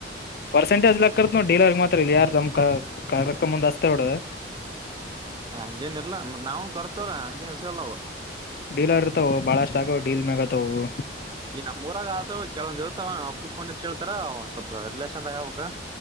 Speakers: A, on the left; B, on the right.
A: ಪರ್ಸೆಂಟಜ್ಾಕ್ಕತ್ ನೋ ಡೀಲರ್ಗ್ ಮಾತ್ರ ಇಲ್ಲ ಯಾರ ನಮ್ ಕಕ್ಕಂದ್ಸ್ತ ನೋಡ
B: ಹಂಗೇನ್ ಇರ್ಲ್ಲತ್ ನಾವನ್ ಕರ್ಸ್ತವ್ರ ಹಂಗೇನ್ಸ್ಗಲ್ಲ ಅವ
A: ಡೀಲರ್ತಾವವು ಬಾಳಷ್ಟ ಆಗೆ ಡೀಲ್ ಮೇಾಗತಾವವು
B: ಈ ನಮ್ಮ್ೂಊಾಗ ಆಸ ಕೆಲವೊಂದ ಇರುತ್ತಾವ ಅವ ಅಪ್ಪಪ್ಪನ ಕೇಳ್ತಾರ ಸ್ವಲ್ಪ ರಿಲೇಷನ್ದಾಗಾವಬೇಕಕ್